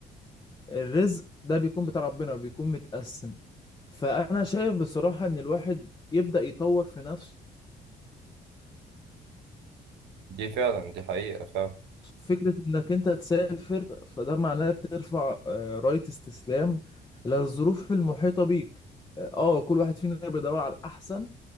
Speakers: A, on the left; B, on the right.
A: الرزق ده بيكون بتاع ربنا بيكون متقسم فأنا شايف بصراحة إن الواحد يبدأ يطور في نفسه
B: دي فعلا دي حقيقة فعلا
A: فكرة إنك أنت تسافر فده معناه بترفع آه، راية استسلام للظروف المحيطة بيك آه آه، كل واحد فينا بيدور على الأحسن